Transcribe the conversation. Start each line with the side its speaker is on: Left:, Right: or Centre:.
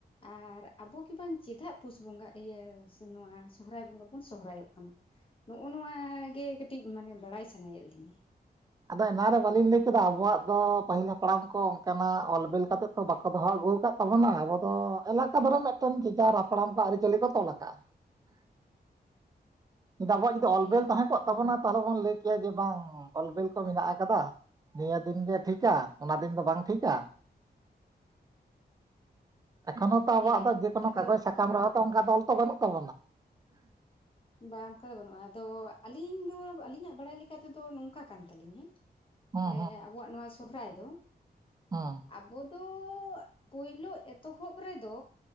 Left: ᱟᱨ ᱟᱵᱚ ᱜᱮ ᱵᱟᱝ ᱪᱮᱫᱟᱜ ᱯᱩᱥ ᱵᱚᱸᱜᱟ ᱤᱭᱟᱹ ᱱᱚᱣᱟ ᱥᱚᱦᱨᱟᱭ ᱵᱚᱸᱜᱟ ᱵᱚᱱ ᱥᱚᱦᱚᱨᱟᱭᱚᱜ ᱠᱟᱱᱟ? ᱱᱚᱜᱼᱚᱭ ᱱᱚᱣᱟ ᱜᱮ ᱠᱟᱹᱴᱤᱡ ᱢᱟᱱᱮ ᱵᱟᱲᱟᱭ ᱥᱟᱱᱟᱭᱮᱫ ᱞᱤᱧᱟᱹ?
Right: ᱟᱫᱚ ᱮᱱᱟ ᱨᱮ ᱵᱟᱹᱞᱤᱧ ᱞᱟᱹᱭ ᱠᱮᱫᱟ, ᱟᱵᱚᱣᱟᱜ ᱫᱚ ᱯᱟᱹᱦᱤᱞ ᱦᱟᱯᱲᱟᱢ ᱦᱟᱯᱲᱟᱢ ᱠᱚ ᱚᱱᱠᱟᱱᱟᱜ ᱚᱞ ᱵᱤᱞ ᱠᱟᱛᱮ ᱛᱚ, ᱵᱟᱠᱚ ᱫᱚᱦᱚ ᱟᱹᱜᱩ ᱟᱠᱟᱫ ᱛᱟᱵᱚᱱᱟ᱾ ᱟᱵᱚ ᱫᱚ ᱮᱞᱟᱠᱟ ᱫᱷᱚᱨᱮ ᱢᱤᱫᱴᱟᱝ ᱢᱤᱫᱴᱟᱝ ᱡᱮ-ᱡᱟᱦᱟᱨ ᱦᱟᱯᱲᱟᱢ ᱠᱚ ᱟᱹᱨᱤᱪᱟᱹᱞᱤ ᱠᱚ ᱛᱚᱞ ᱟᱠᱟᱫᱼᱟ᱾ ᱟᱵᱚᱣᱟᱜ ᱡᱩᱫᱤ ᱚᱞ-ᱵᱤᱞ
Left: ᱦᱮᱸ
Right: ᱛᱟᱦᱮᱸ ᱠᱚᱜ ᱛᱟᱵᱚᱱᱟ᱾ ᱛᱟᱦᱚᱞᱮ ᱵᱚᱱ ᱞᱟᱹᱭ ᱠᱮᱭᱟ ᱡᱮ ᱵᱟᱝ ᱚᱞ-ᱵᱤᱞ ᱠᱚ ᱢᱮᱱᱟᱜ ᱟᱠᱟᱫᱟ᱾ ᱱᱤᱭᱟᱹ ᱫᱤᱱ ᱜᱮ ᱴᱷᱤᱠᱟ ᱚᱱᱟ ᱫᱤᱱ ᱫᱚ ᱵᱟᱝ ᱴᱷᱤᱠᱟ? ᱮᱠᱷᱚᱱᱳ ᱛᱚ ᱟᱵᱚᱣᱟᱜ
Left: ᱦᱮᱸ
Right: ᱫᱚ ᱡᱮᱠᱚᱱᱳ
Left: ᱟᱫᱚ
Right: ᱠᱟᱜᱚᱡᱽ ᱥᱟᱠᱟᱢ ᱨᱮ ᱦᱚᱸᱛᱚ ᱚᱱᱠᱟ ᱚᱞ ᱛᱚ ᱵᱟᱹᱱᱩᱜ ᱛᱟᱵᱚᱱᱟ᱾
Left: ᱵᱟ ᱚᱱᱠᱟ ᱫᱚ ᱵᱟᱹᱱᱩᱜᱼᱟ ᱟᱫᱚ ᱟᱹᱞᱤᱧ ᱫᱚ ᱟᱹᱞᱤᱧᱟᱜ ᱵᱟᱲᱟᱭ ᱞᱮᱠᱟᱛᱮᱫᱚ ᱱᱚᱝᱠᱟ ᱠᱟᱱ ᱛᱟᱞᱤᱧ ᱦᱮᱸ
Right: ᱦᱮᱸ
Left: ᱮᱸ ᱟᱵᱚᱣᱟᱜ ᱱᱚᱣᱟ ᱥᱚᱦᱨᱟᱭ ᱫᱚ
Right: ᱦᱩᱸ᱾
Left: ᱟᱵᱚ ᱫᱚ ᱯᱳᱭᱞᱳ ᱮᱛᱚᱦᱚᱵ ᱨᱮᱫᱚ